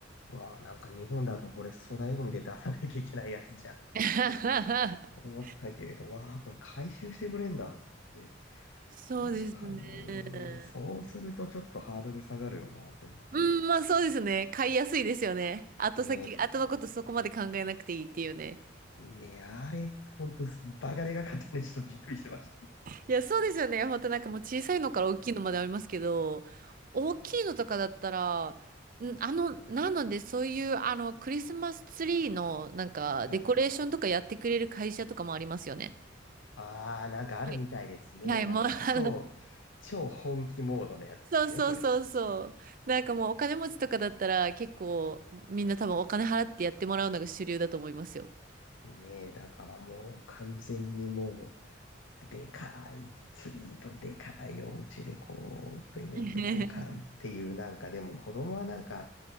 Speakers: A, on the left (about 85°); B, on the right (about 45°).
A: わあ、なんか日本だとこれ粗大ゴミで出さないといけないやつじゃんとかって
B: <laughs>
A: 思ったけれど、わあ、これ回収してくれんだって。
B: そうですね。
A: 確かに、そうするとちょっとハードル下がるよなって思って。
B: うん、まあそうですね。買いやすいですよね。後先、
A: ねえ、
B: 後のことそこまで考えなくていいっていうね。
A: ねえ、あれ、ほんと、バカでかかったね。ちょっとびっくりしてました。
B: いや、そうですよね。本当なんかもう小さいのから大きいのまでありますけど、大きいのとかだったら、んあの、なのでそういうあのクリスマスツリーのなんかデコレーションとかやってくれる会社とかもありますよね。
A: はい。ああ、なんかあるみたいですね。
B: はい。はい、
A: なんか超、
B: もう <laughs>
A: 超本気モードのやつですね、
B: そうそうそうそう。
A: それ。
B: なんかもうお金持ちとかだったら結構みんな多分お金払ってやってもらうのが主流だと思いますよ。
A: ねえ、だからもう完全にもう、でかいツリーとでかいお家でこう、プレゼント交換っていうなんか、
B: <laughs>
A: でも子供はなんか、